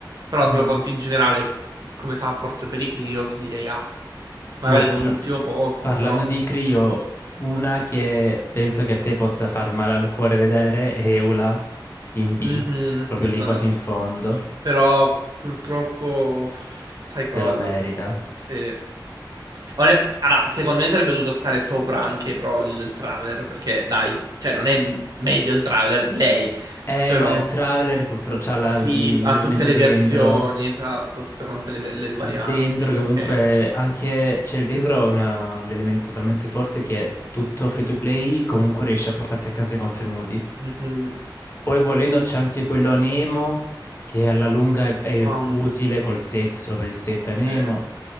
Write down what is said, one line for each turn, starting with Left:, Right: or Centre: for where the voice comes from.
Right: Però
Left: Mhm.
Right: se lo conti in generale come support per i Crio ti direi A. Magari
Left: Tipo,
Right: non
Left: par-
Right: ultimo posto,
Left: parlando
Right: però
Left: di Crio, una che penso che a te possa far male al cuore vedere è Eula in
Right: Mhm,
Left: B, proprio
Right: esatto.
Left: lì quasi in fondo,
Right: Però purtroppo, sai
Left: se
Right: cosa?
Left: lo merita.
Right: Se... Ora- allora, secondo me sarebbe dovuto stare sopra anche però il, il Traveler, perché dai, cioè non è m- meglio il Traveler di lei,
Left: Eh,
Right: però
Left: ma il Traveler purtroppo c'ha la-
Right: sì,
Left: l'elemento
Right: ha tutte le
Left: dentro.
Right: versioni, esatto, tutte quante le, le
Left: Il
Right: varianti,
Left: dentro
Right: quindi
Left: che
Right: ok.
Left: comunque anche... Cioè il dentro è una- un elemento talmente forte che tutto free to play comunque riesce a portarti a casa i contenuti.
Right: Mhm,
Left: Poi volendo c'è anche quello a Nemo che alla lunga è, è
Right: ha un-
Left: utile col set, solo per il set a Nemo.
Right: Sì.